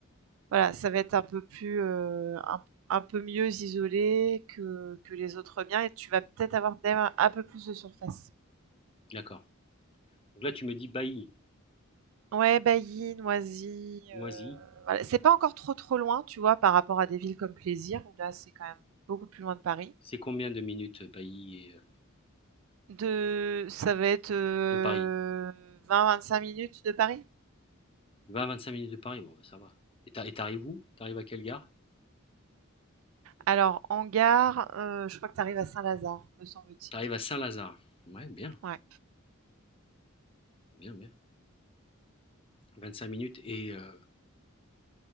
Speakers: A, on the right; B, on the left.
A: Voilà, ça va être un peu plus, heu, un un peu mieux isolé que que les autres biens et tu vas peut-être avoir même un un peu plus de surface.
B: D'accord. Donc là, tu me dis Bailly,
A: Ouais, Bailly, Noisy, heu,
B: Noisy.
A: voilà. C'est pas encore trop, trop loin, tu vois, par rapport à des villes comme Plaisir où là, c'est quand même beaucoup plus loin de Paris.
B: C'est combien de minutes euh, Bailly et, euh,
A: De ça va être, euh,
B: de Paris
A: vingt, vingt-cinq minutes de Paris.
B: 20-25 minutes de Paris, bon, bah, ça va. Et t'arrives où T'arrives à quelle gare
A: Alors en gare, heu, je crois que tu arrives à Saint-Lazare, me semble-t-il.
B: T'arrives à Saint-Lazare. Ouais, bien,
A: Ouais.
B: bien, bien. 25 minutes. Et, euh,